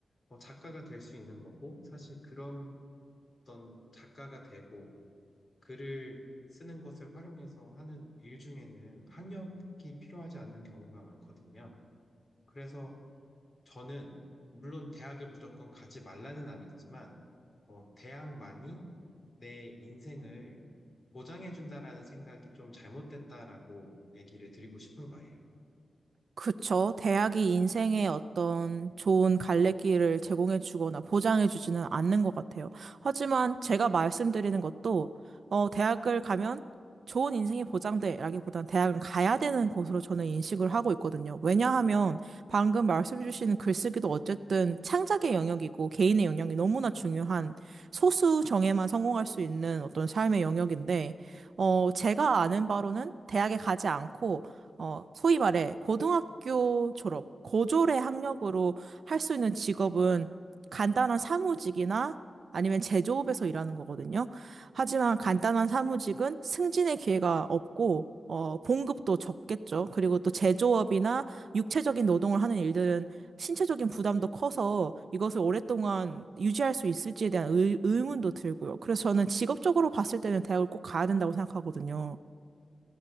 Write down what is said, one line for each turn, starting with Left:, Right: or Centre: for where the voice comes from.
Left: 어, 작가가 될 수 있는 거고, 사실 그런 어떤 작가가 되고 글을 쓰는 것을 활용해서 하는 일 중에는 학력이 필요하지 않은 경우가 많거든요. 그래서 저는 물론 대학을 무조건 가지 말라는 아니지만 어, 대학만이 내 인생을 보장해 준다라는 생각이 좀 잘못됐다라고 얘기를 드리고 싶은 거예요.
Right: 그쵸. 대학이 인생의 어떤 좋은 갈래길을 제공해 주거나 보장해 주지는 않는 것 같아요. 하지만 제가 말씀드리는 것도, 어, 대학을 가면 좋은 인생이 보장돼라기보다는 대학은 가야 되는 곳으로 저는 인식을 하고 있거든요. 왜냐하면 방금 말씀 주신 글쓰기도 어쨌든 창작의 영역이고 개인의 영역이 너무나 중요한 소수 정예만 성공할 수 있는 어떤 삶의 영역인데, 어, 제가 아는 바로는 대학에 가지 않고 어, 소위 말해 고등학교 졸업, 고졸의 학력으로 할 수 있는 직업은 간단한 사무직이나 아니면 제조업에서 일하는 거거든요. 하지만 간단한 사무직은 승진의 기회가 없고, 어, 봉급도 적겠죠. 그리고 또 제조업이나 육체적인 노동을 하는 일들은 신체적인 부담도 커서 이것을 오랫동안 유지할 수 있을지에 대한 의, 의문도 들고요. 그래서 저는 직업적으로 봤을 때는 대학을 꼭 가야 된다고 생각하거든요.